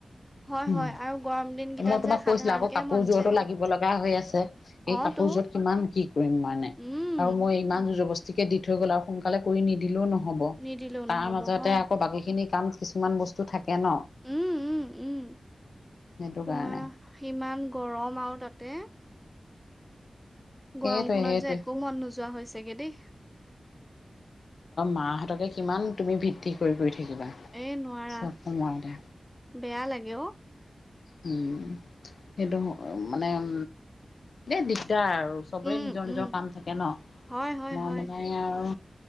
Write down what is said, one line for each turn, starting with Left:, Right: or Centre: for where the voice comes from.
Centre: হয়,
Left: উম,
Centre: হয় আৰু গৰম দিনকেইটাত
Left: মই তোমাক
Centre: যে সাধাৰণকে
Left: কৈছিলো আকৌ কাপোৰযোৰতো
Centre: মন যায়।
Left: লাগিব লগা হৈ আছে। এই
Centre: অ',
Left: কাপোৰযোৰত
Centre: তো
Left: কিমান কি কৰিম মানে!
Centre: উম,
Left: আৰু মই ইমান। কে দি থৈ গ'ল। আৰু সোনকালে কৰি নিদিলেও নহ'ব!
Centre: নিদিলেও
Left: তাৰ
Centre: নহ'ব
Left: মাজতে
Centre: হয়।
Left: আকৌ বাকীখিনি কাম কিছুমান বস্তু থাকে ন?
Centre: উম, উম, উম,
Left: সেইটো
Centre: তোমাৰ,
Left: কাৰণে
Centre: ইমান গৰম আৰু তাতে!
Left: সেইটোৱে
Centre: গৰমখনত
Left: সেইটোৱে
Centre: যে, একো মন নোযোৱা হৈছেগে দেই।
Left: মাহতকে কিমান তুমি ভিত্তি কৰি কৰি উ থিবা
Centre: এই নোৱাৰা
Left: চব সময়তে।
Centre: বেয়া লাগে অ',
Left: উম সেইটো মানে উ এ দিগদাৰ আৰু। আৰু চবেই
Centre: উম,
Left: নিজৰ
Centre: উম,
Left: নিজৰ কাম থাকে ন
Centre: হয়, হয়,
Left: মই
Centre: হয়।
Left: মানে আৰু।